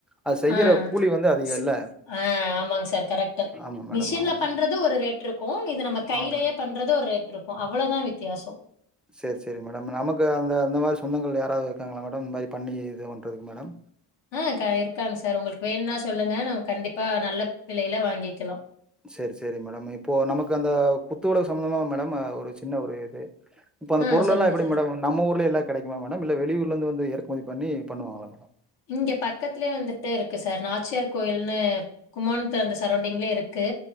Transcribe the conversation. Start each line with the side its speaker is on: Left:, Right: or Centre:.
Centre: அது செய்யற
Left: ஆ
Centre: கூலி வந்து அதிக
Left: ஸ்
Centre: இல்ல
Left: ஆ ஆமாங் சார் கரெட்டு
Centre: ஆமா மேடம்
Left: மிஷின்ல
Centre: ஆமா
Left: பண்றது ஒரு ரேட் இருக்கும் இது நம்ம கையிலேயே
Centre: ஆமா மேடம்
Left: பண்றது ஒரு ரேட் இருக்கும் அவ்ளோதா வித்தியாசம்
Centre: சேர் சேரி மேடம் நமக்கு அந்த அந்த மாரி சொந்தங்கள் யாராவது இருக்காங்களா மேடம் இந்த மாரி பண்ணி இது பண்றதுக்கு மேடம்
Left: ஆ க இருக்காங்க சார் உங்களுக்கு வேணுனா சொல்லுங்க நம்ம கண்டிப்பா நல்ல வெலையில வாங்கிக்கிலா
Centre: சேரி சேரி மேடம் இப்போ நமக்கு அந்த குத்துவெளக்கு சம்மந்தமா மேடம் ஒரு சின்ன ஒரு இது இப்போ அந்த
Left: ஆ
Centre: பொருளெல்லா
Left: சொல்லுங்க
Centre: எப்டி
Left: சார்
Centre: மேடம் நம்ம ஊர்லே எல்லா கெடைக்குமா மேடம் இல்ல வெளியூர்ல இருந்து வந்து எறக்குமதி பண்ணி பண்ணுவாங்களா மேடம்
Left: இங்க பக்கத்திலே வந்துட்டு இருக்கு சார் நாச்சியார் கோயில்ன்னு குமண்த்து அந்த சரோண்டிங்லே இருக்கு